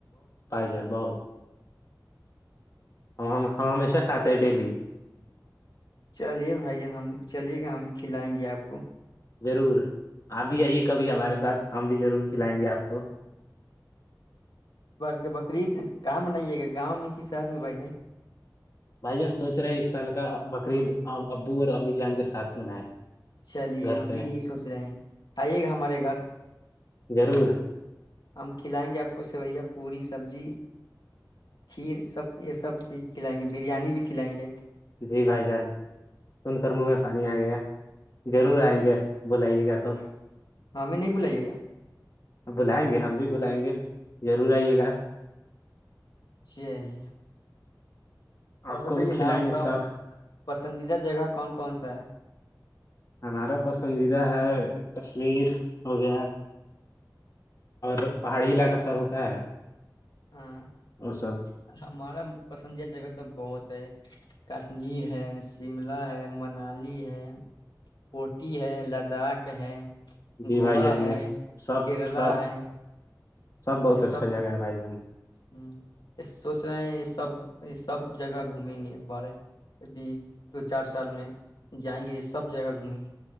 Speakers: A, on the left; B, on the left.
A: انٹینجیبل ٹیکسٹ اں ہم ہمیشہ کھاتے ہیں ڈیلی
B: چلیے بھائی جان ہم چلیے کہ ہم کھلائیں گے آپ کو
A: ضرور آپ بھی آئیے کبھی ہمارے ساتھ ہم بھی ضرور کھلائیں گے آپ کو
B: بکرریید کام نہیں ہے گا گاؤں میں کہ شہر میں بھائی جن
A: بھائی جان سوچ رہے ہیں اس سال کا بقرعید ابو اور امی جان کے ساتھ منائے
B: چلیے
A: گھر
B: ہم
A: پہ
B: بھی یہی سوچ رہے ہیں آئیے گا ہمارے گھر
A: ضرور
B: ہم کھلائیں گے آپ کو سویا پوڑی سبزی کھیر سب یہ سب بھی کھلائیں گے بریانی بھی کھلائیں گے
A: جی بھائی جان سن کر منہ میں پانی آ گیا ضرور آئیں گے بلائیے گا تو
B: ہاں ہمیں نہیں بلائیے گا
A: بلائیں گے ہم بھی بلائیں گے ضرور آئیے گا
B: چلی اور
A: آپ
B: بتائیے
A: کو بھی کھلائیں
B: نا آپ
A: گے
B: کا
A: سب
B: پسندیدہ جگہ کون کون سا ہے
A: ہمارا پسندیدہ ہے کشمیر ہو گیا اور پہاڑی علاقہ سب ہوتا ہے
B: ہاں
A: وہ سب
B: ہمارا پسندید جگہ تو بہت ہے کشمیر ہے شملہ ہے منالی ہے کوٹی ہے لداخ ہے
A: جی
B: گووا
A: بھائی جان یہ
B: ہے
A: سب
B: کیرلا
A: سب
B: ہے
A: بہت
B: یہ سب
A: اچھا جگہ ہے بھائی جان
B: ہ یہ سوچ رہے ہیں یہ سب یہ سب جگہ گھومیں گے بارے اب دو چار سال میں جائیں گے یہ سب جگہ گھومیں گے